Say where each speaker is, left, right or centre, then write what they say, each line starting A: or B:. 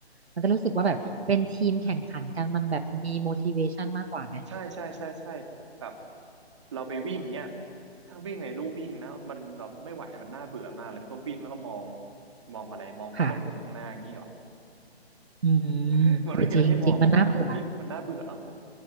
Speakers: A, on the right; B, on the right.
A: มันจะรู้สึกว่าแบบเป็นทีมแข่งขันกันมันแบบมี motivation มากกว่าไหม
B: ใช่ใช่ใช่ใช่แบบเราไปวิ่งเนี้ยถ้าวิ่งในลู่วิ่งนะมันแบบไม่ไหวอะมันน่าเบื่อมากเลยมันก็วิ่งแล้วก็มองมองอะไรมองก้นคนข้างหน้าอย่างนี้เหรอ
A: ค่ะอื
B: <laughs>
A: มเออจริงจริงมันน่าเบื่อ
B: มันไม่มีอะไรให้มองมันก็มันก็วิ่งมันน่าเบื่อครับผม